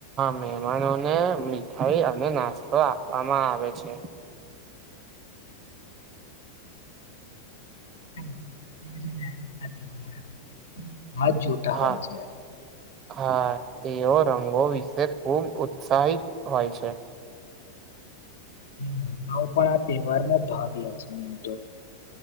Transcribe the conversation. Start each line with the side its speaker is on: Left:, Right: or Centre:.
Right: મેહમાનોને મીઠાઈ અને નાસ્તો આપવામાં આવે છે.
Left: <inaudible> <unintelligible> જ જોતા
Right: હા
Left: હોય છે.
Right: હા તેઓ રંગો વિશે ખુબ ઉત્સાહિત હોય છે.
Left: <unintelligible> પણ આ તહેવાર માં ભાગ લે છે. તો